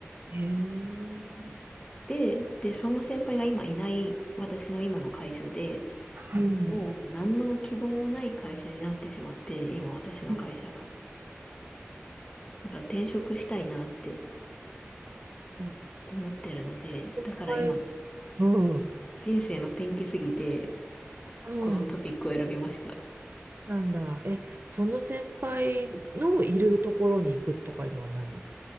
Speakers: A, on the right; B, on the left.
A: へえ。
B: で、で、その先輩が今いない私の今の会社で、
A: うん。
B: もう何の希望もない会社になってしまって、今私の会社が。
A: うん
B: だから転職したいなって
A: うん
B: 思ってるので、
A: 先輩
B: だから今
A: うん。
B: 人生の転機すぎて、
A: うん。
B: このトピックを選びました。
A: なんだ。え、その先輩のいるところに行くとかいうのはない